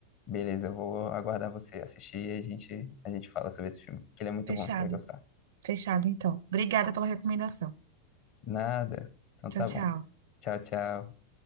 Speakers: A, on the left; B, on the right.
A: Beleza, eu vou aguardar você assistir e a gente, a gente fala sobre esse filme, que ele é muito
B: Fechado.
A: bom, você vai gostar.
B: Fechado, então. Obrigada pela recomendação.
A: Nada. Então
B: Tchau,
A: tá
B: tchau.
A: bom. Tchau, tchau.